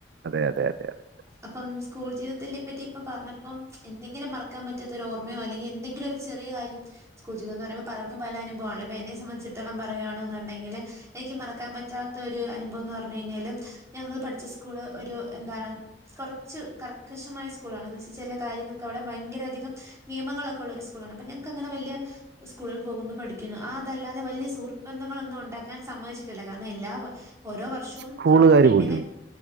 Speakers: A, on the right; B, on the right.
A: അതെ അതെ അതെ അതെ
B: അപ്പം സ്കൂൾ ജീവിതത്തെല്ലിപ്പറ്റി ഇപ്പ പറഞ്ഞപ്പം എന്തെങ്കിലും മറക്കാ പറ്റാത്ത ഒരോർമ്മയോ അല്ലെങ്കി ഇൻ ന്തെങ്കിലും ഒരു ചെറിയ കാര്യം സ്കൂൾ ജീവിതംന്ന് പറയുമ്പോ പലർക്കും പല അനുഭവാണ്ല്ല ഇപ്പ എന്നെ സംബന്ധിച്ചിട്ത്തോളം പറയുകയാണെന്നുണ്ടെങ്കില് എനിക്ക് മറക്കാൻ പറ്റാത്ത ഒരു അനുഭവം ന്ന് പർഞ്ഞഴിഞ്ഞാല് ഞങ്ങള് പഠിച്ച സ്കൂള് ഒരു എന്താണ് കുറച്ച് കർക്കശമായ സ്കൂളാണെന്ന് വച്ച ചലെ കാര്യങ്ങൾക്ക് അവിടെ ഭയങ്കര അധികം നിയമങ്ങളൊക്കെള്ള ഒരു സ്കൂളാണ് അപ്പോ ഞങ്ങക്ക് അങ്ങനെ വലിയ സ്കൂളിൽ പോകുന്നു പഠിക്കുന്നു അതല്ലാതെ വലിയ സുഹൃ ബന്ധങ്ങളൊന്നും ഉണ്ടാക്കാൻ സമ്മതിച്ചിട്ടില്ല കാരണം എല്ലാ ഓരോ വർഷവും
A: സ്കൂളുകാര്
B: തുടങ്ങുമ്പോ ഇങ്ങനെ
A: പോലും